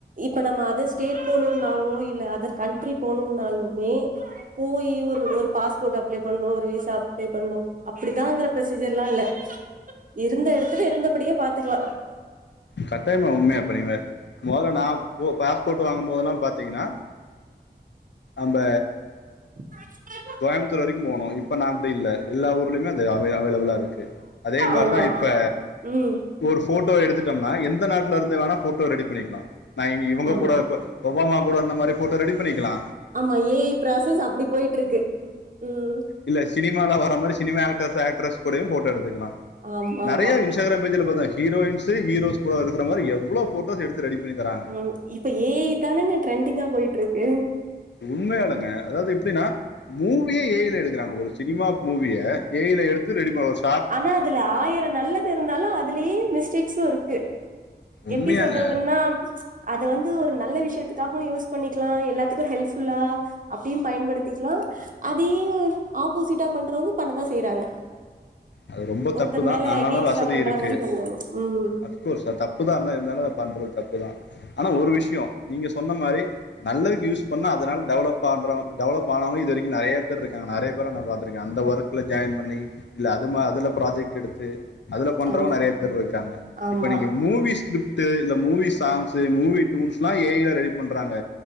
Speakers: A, on the right; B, on the left.
A: இப்ப நம்ம அது ஸ்டேட் போணும்னாவும் இல்ல அதர் கண்டட்ரி போனும்னாலுமே போயி ஒரு ஒரு பாஸ்போர்ட் அப்ளை பண்ணூ ஒரு வீசா அப்ளை பண்ணும் அப்டிதாங்கிற ப்ரொசீஜர்ல்லா இல்ல இருந்த எடத்துலே இருந்தபடியே பாத்துக்லா
B: கட்டாயமா உண்மையாப்ப நீங்க மொதல்ல நா போ பாஸ்போட்டு வாங்கும் போதெல்லாம் பாத்தீங்கன்னா நம்ப
A: <unintelligible>
B: கோயம்முத்தூர் வரைக்கும் போனு இப்ப நாப்டி இல்ல எல்லா ஊர்லயுமே அது அவை அவைலபிளா இருக்கு க்கு அதே மார்தா
A: ஆமா
B: இப்ப
A: ம்
B: ஒரு ஃபோட்டோவ எடுத்துட்டோம்னா எந்த நாட்ல இருந்தே வேணா ஃபோட்டோ ரெடி பண்ணிக்லா நா இங்க இவங்க
A: ஆமா
B: கூட ஒபாமா கூட இருந்த மாரி ஃபோட்டோ ரெடி பண்ணிக்கலா
A: ஆமா ஏ ஐ ப்ராசஸ் அப்டி போயிட்ருக்கு ம்
B: இல்ல சினிமால வற மாரி சினிமா ஆக்டர்ஸ் ஆக்ட்ரஸ் கூடயு ஃபோட்டோ எடுத்துக்கலா
A: ஆமா
B: நறைய
A: ஆமா
B: இன்ஸ் இன்ஸ்டாகிராம் பேஜில பாத்தா ஹீரோயின்ஸு ஹீரோஸ் கூடருக்குற மாரி எவ்ளோ ஃபோட்டோஸ் எடுத்து ரெடி பண்ணி தராங்க
A: ம் இப்ப ஏ ஐ தானங்க ட்ரெண்டிங்கா போயிட்ருக்கு
B: உண்மையாளுங்க அதாவ்து எப்டின்னா மூவிய ஏ ஐ ல எடுக்குறாங்க ஒரு சினிமா மூவிய ஏ ஐ ல எடுத்து ரெடி பண்ண வருஷ்
A: ஆனா அதுல ஆயிரொ நல்லது இருந்தாலு அதுலயே மிஸ்டேக்ஸு இருக்கு
B: உண்மையாங்க
A: எப்டி சொல்றதுன்னா அத வந்து ஒரு நல்ல விஷயத்துக்காகவு யூஸ் பண்ணிக்லா எல்லாத்துக்கூ ஹெல்ப்ஃபுல்லா அப்டியும் பயன்படுத்திக்லா அதையே ஆப்போசிட்டா பண்றவுங்க பண்ணதா செய்றாங்க
B: அது ரொம்போ
A: ஒருத்தர்
B: தப்பு தா
A: மேல
B: அதனால
A: எகெய்ன்ஸ்டா
B: வசதி
A: பண்ற
B: இருக்கு
A: மாரி பண்றாங்க ம்
B: ஆஃப்கோர்ஸ் அது தப்புதா இருந்தா இருந்தாலு அத பண்றது தப்புதா ஆனா ஒரு விஷயோ நீங்க சொன்ன மாரி நல்லதுக்கு யூஸ் பண்ணா அதனால டெவலப் ஆட்றவங் டெவலப் ஆனவங்க இது வரைக்கூ நறைய பேர் இருக்காங்க நறைய பேர நா பாத்துருக்கே அந்த ஒர்க் க்குல ஜாயின் பண்ணி ல்ல அதுமா அதுல ப்ராஜெக்ட் எடுத்து அதுல பண்றவங்க
A: ஆமா
B: நறைய பேர் இருக்காங்க
A: ஆமா
B: இப்ப நீங்க மூவிஸ்கிரிப்ட்டு இல்ல மூவி சாங்ஸு மூவி டூன்ஸ்லா ஏ ஐ ல ரெடி பண்றாங்க